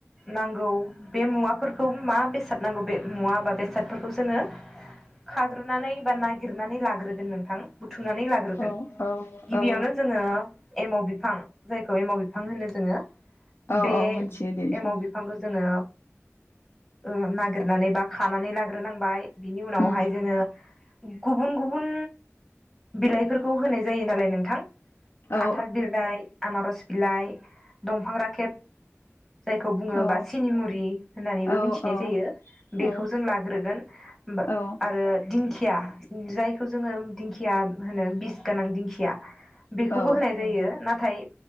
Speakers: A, in the centre; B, on the left (about 50°).
A: नांगौ बे मुवाफोरखौ मा बेसाद नांगौ बे मुवा बा बेसादफोरखौ जोङो खाग्रोनानै। बा नागिरनानै लाग्रोगोन नोंथां। बुथुमनानै लाग्रोगोन
B: औ
A: गिबियावनो
B: औ
A: जोङो एमाव बिफां जायखौ। खौ एमाव बिफां होनो जोङो।
B: औ
A: बे
B: औ मोनथियो दे बेखौ
A: एमाव बिफांखौ जोङो ओ-नागिरनानै बा खानानै लाग ग्रोनांबाय। बिनि उनावहाय
B: उम
A: जोङो। गुबुन गुबुन बिलाइफोरखौ होनाय जायो नालाय नोंथां। खान्थाल
B: औ
A: बिरदाय, आनारस बिलाइ, दंफां राखेब जायखौ बुङोबा
B: औ
A: सिनिमुरि होननानैबो
B: औ
A: मिथिनाय
B: औ
A: जायो बेखौ
B: औ
A: जों लाग्रोगोन बा
B: औ
A: आरो दिंखि या ओम जायखौ जोङो दिंखिया होनो बिस गोनां दिंखिया। बेखौबो
B: औ
A: होनाय जायो। नाथाय,